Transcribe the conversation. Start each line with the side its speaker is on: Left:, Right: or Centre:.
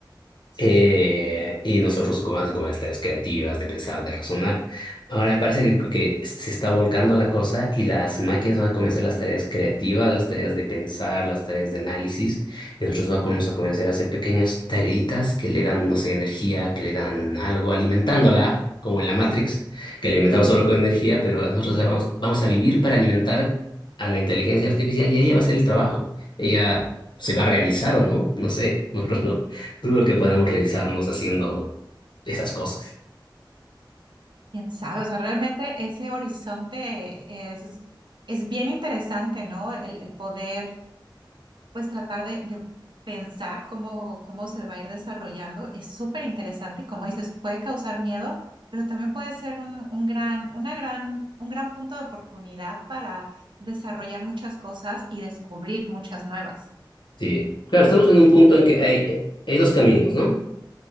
Right: sí.
Left: Eh, y nosotros ocupamos como las tareas creativas, de pensar, de razonar. Ahora me parece que, que se está volcando la cosa y las máquinas van a comenzar las tareas creativas, las tareas de pensar, las tareas de análisis, y nosotros vamos a comenzar a hacer pequeñas tareitas que le dan, no sé, energía, que le dan algo, alimentándola, como en la Matrix, que la alimentamos solo con energía, pero nosotros la vamos, vamos a vivir para alimentar a la inteligencia artificial y ella va a hacer el trabajo. Ella se va a realizar o no, no sé, <laughs> nosotros no dudo que podamos realizarnos haciendo esas cosas.
Right: Quién sabe, o sea, realmente ese horizonte es, es bien interesante, ¿no? El, el poder pues tratar de, de pensar cómo, cómo se va a ir desarrollando es súper interesante y como dices, puede causar miedo, pero también puede ser un, un gran, una gran, un gran punto de oportunidad para desarrollar muchas cosas y descubrir muchas nuevas.
Left: Sí. Claro, estamos en un punto en que hay, hay dos caminos, ¿no?